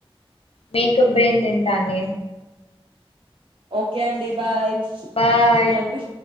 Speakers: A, on the left; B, on the right.
A: మేక బ్రెయిన్ తింటాని
B: ఓకే అండి బాయ్
A: బాయ్
B: థినానండి